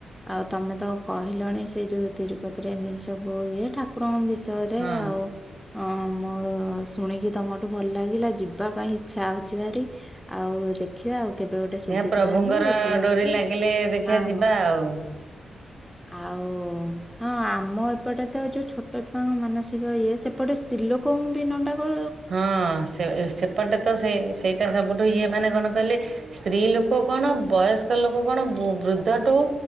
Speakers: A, in the centre; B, on the right.
A: ଆଉ ତମେ ତ କହିଲଣି ସେ ଯୋଉ ତିରୁପତିରେ ଏମିତି ସବୁ ଇଏ ଠା କ୍ର ବିଷୟରେ
B: ହଁ।
A: ଆଉ ହଁ ମୋ ଶୁଣିକି ତମଠୁ ଭଲ ଲାଗିଲା ଯିବା ପାଇଁ ଇଚଛା ହଉଛି ଭାରି ଆଉ ଦେଖିବା ଆଉ କେବେ ଗୋଟେ ସୁବିଧା
B: ହେ ପ୍ରଭୁଙ୍କର
A: ହେଲେ ଯିବାକୁ
B: ଡୋରି ଲାଗିଲେ ଦେଖିବା
A: ହଁ
B: ଯିବା ଆଉ
A: ଆଉ ହଁ ଆମ ଏପଟେ ତ ଯୋଉ ଛୋଟ ଛୁଆଙ୍କ ମାନସିକ ଇଏ ସେପଟେ ସ୍ତ୍ରୀ ଲୋକଙ୍କୁ ବି ନଟାକ
B: ହଁ ସେ ସେପଟେ ତ ସେ ସେଇଟା ସବୁଠୁ ଇଏ ମାନେ କଣ କହିଲେ ସ୍ତ୍ରୀ ଲୋକ କଣ ବୟସ୍କ ଲୋକ କଣ ବୃଦ୍ଧଠୁ